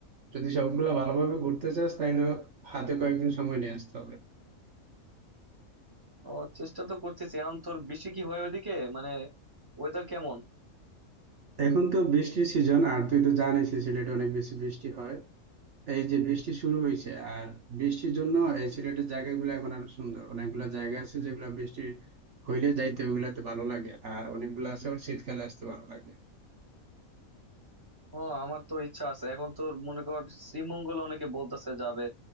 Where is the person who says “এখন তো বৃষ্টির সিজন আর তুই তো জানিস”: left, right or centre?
Right